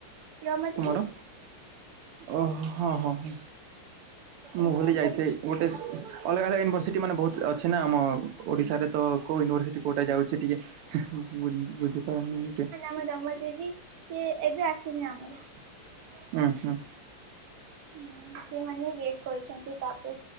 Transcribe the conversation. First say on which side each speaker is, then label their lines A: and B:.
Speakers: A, on the right (about 65°); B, on the right (about 90°).
A: ରମା ଦେବୀ
B: ତମର? ଓ ହଁ ହଁ ହ
A: ତ
B: ମୁଁ ଭଲି
A: ତାଙ୍କରି
B: ଯାଇଥିଲି ଗୋଟେ ଅଲଗା ଅଲଗା ୟୁନିଭର୍ସିଟି ମାନେ ବହୁତ ଅଛି ନା ଆମ ଓଡିଶାରେ ତ କୋଉ ୟୁନିଭର୍ସିଟି କୋଉଟା ଯାଉଛି ଟିକେ ବୁଝି ବୁଝିପାରୁନି ଟେ <unintelligible>
A: ମୁଁ ଦମା ଦେବି ସିଏ ଏବେ ଆସିନି ଆମର।
B: ହୁଁ ହୁଁ।
A: ହୁଁ ସେମାନେ ୱେଟ କରିଛନ୍ତି ତାପରେ